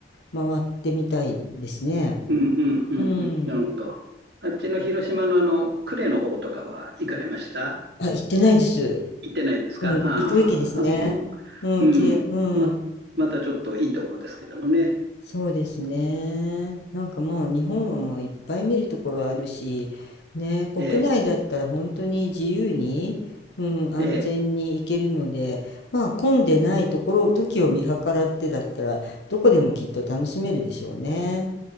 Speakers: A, on the left; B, on the right.
A: 回ってみたいですね。
B: うん、うん、うん、
A: うん。
B: うん。なるほど。あっちの広島のあの、呉の方とかは行かれました
A: あ、行ってないです。
B: 行ってないですかああ、
A: うん、行くべきですね。
B: あそこも、
A: うん、
B: うん、
A: 綺麗、うん。
B: ま、またちょっといいとこですけどもね。
A: そうですね。なんかもう日本はもういっぱい見るところあるし、ね、国内だったら本当に自由に、
B: ええ、
A: うん、安全に行けるので、
B: ええ、
A: まあ混んでないところ、時を見計らってだったら、どこでもきっと楽しめるでしょうね。